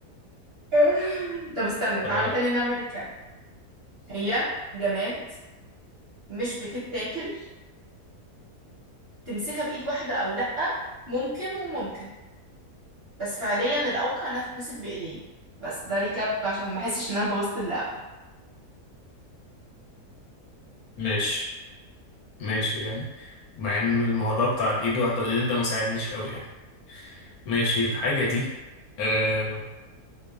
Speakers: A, on the right; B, on the left.
A: <laughs> طب استنى تعالى
B: خلاص
A: تاني نعمل ريكاب هي جماد مش بتتاكل تمسكها بايد واحده او لا ممكن وممكن بس فعليا الاوقع انها تتمسك بايدين بس ده ريكاب عشان ما احسش ان انا بوظت اللعبه
B: ماشي ماشي يعني مع إن الموضوع بتاع الإيد واحدة والإيدين ده مساعدنيش أوي يعني ماشي الحاجة دي آه